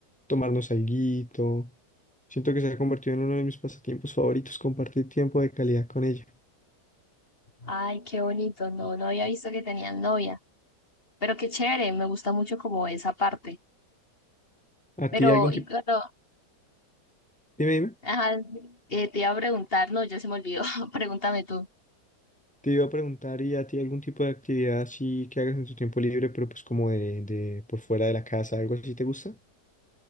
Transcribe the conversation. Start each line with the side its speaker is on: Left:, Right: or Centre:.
Centre: tomarnos alguito Siento que se ha convertido en uno de mis pasatiempos favoritos, compartir tiempo de calidad con ella.
Left: Ay, qué bonito. No, no había visto que tenían novia. Pero qué chévere, me gusta mucho como esa parte.
Centre: ¿A
Left: Pero,
Centre: ti algún
Left: y
Centre: tipo?
Left: claro,
Centre: Dime, dime.
Left: ajá, eh, te iba a preguntar, no, ya se me olvidó. <laughs> Pregúntame tú.
Centre: Te iba a preguntar, ¿y a ti algún tipo de actividad así que hagas en tu tiempo libre, pero pues como de, de por fuera de la casa, algo así te gusta?